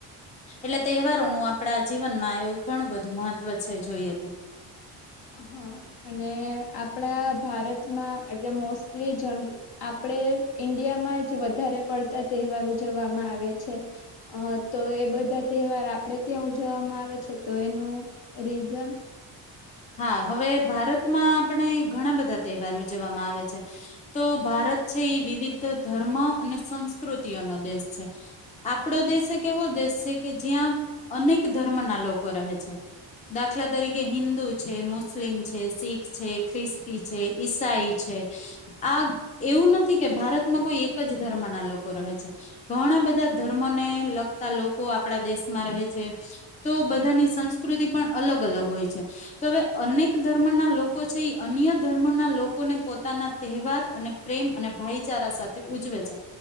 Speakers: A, on the left (about 15°); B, on the left (about 55°).
A: એટલે તહેવારોનું આપણા જીવનમાં એવુ ઘણું બધું મહત્વ છે. જોઈએ તો
B: હા અને આપણા ભારતમાં એટલે મોસ્ટલી જન આપણે ઈન્ડિયામાં જ વધારે પડતા તહેવાર ઉજવવામાં આવે છે તો એ બધા તહેવાર આપણેે ત્યાં ઉજવવામાં આવે છે તો એનું રીઝન
A: હા હવે ભારતમાં આપણે ઘણા બધા તહેવાર ઉજવવામાં આવે છે તો ભારત છે એ વિવિધ ધર્મ અને સંસ્કૃતિઓનો દેશ છે આપણો દેશ એક એવો દેશ છે કે જ્યાં અનેક ધર્મના લોકો રહે છે દાખલા તરીકે હિન્દુ છે મુસ્લિમ છે શીખ છે ખ્રિસ્તી છે ઈસાઈ છે આ એવું નથી કે ભારતમાં કોઈ એક જ ધર્મ ના લોકો રહે છે ઘણા બધા ધર્મને લગતા લોકો આપડા દેશમાં રહે છે તો બધાની સંસ્કૃતિ પણ અલગ અલગ હોય છે. તો હવે અનેક ધર્મ ના લોકો છે એ અન્ય ધર્મના લોકોને પોતાના તહેવાર અને પ્રેમ અને ભાઈચારા સાથે ઉજવે છે